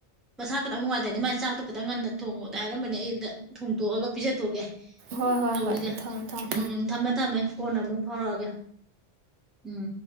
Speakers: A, in the centre; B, on the right.
A: ꯃꯁꯥ ꯈꯤꯇꯪ ꯅꯨꯡꯉꯥꯏꯇꯦꯅ ꯃꯥꯥꯏ ꯆꯥꯛꯇꯣ ꯈꯤꯇꯪ ꯉꯟꯅ ꯊꯣꯡꯉꯣꯗꯤ ꯍꯥꯏꯔꯝꯕꯅꯦ ꯑꯩ ꯑꯝꯇ ꯊꯣꯡꯗꯣꯛꯑꯒ ꯄꯤꯖꯊꯣꯛꯀꯦ
B: ꯍꯣꯏ ꯍꯣꯏ
A: ꯇꯧꯔꯤꯁꯦ
B: ꯍꯣꯏ ꯊꯝꯃꯦ ꯊꯝꯃꯦ
A: ꯎꯝ ꯎꯝ ꯊꯝꯃꯦ ꯊꯝꯃꯦ ꯀꯣꯟꯅ ꯑꯃꯨꯛ ꯐꯥꯎꯔꯑꯒꯦ ꯎꯝ